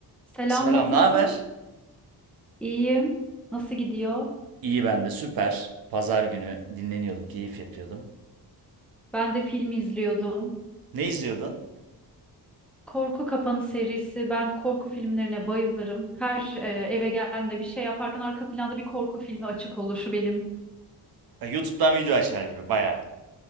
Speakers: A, in the centre; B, on the right.
A: Selam,
B: Selam,
A: nasılsın?
B: ne haber?
A: İyiyim. Nasıl gidiyor?
B: İyi ben de süper. Pazar günü dinleniyordum, keyif yapıyordum.
A: Ben de film izliyordum.
B: Ne izliyordun?
A: Korku Kapanı serisi. Ben korku filmlerine bayılırım. Her e, eve geldiğimde bir şey yaparken arka planda bir korku filmi açık olur Şu benim.
B: Ha, YouTube'dan video açar gibi bayağı.